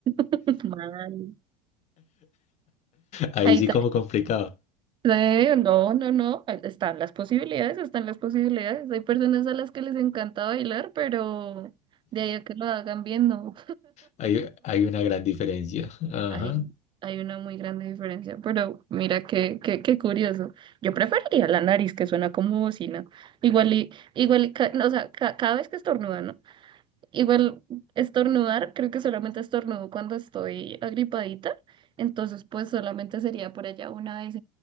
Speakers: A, on the right; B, on the left.
A: <laughs> Mal.
B: Ahí
A: Ahí
B: sí como complicado.
A: Eh, no, no, no, eh, están las posibilidades, están las posibilidades. Hay personas a las que les encanta bailar, pero de ahí a que lo hagan bien, no.
B: Hay, hay una gran diferencia. Ajá.
A: Hay, hay una muy grande diferencia, pero mira qué, qué, qué curioso. Yo preferiría la nariz que suena como bocina. Igual y, igual y ca- no, o sea, ca- cada vez que estornudan, Igual estornudar, creo que solamente estornudo cuando estoy agripadita, entonces pues solamente sería por allá una vez,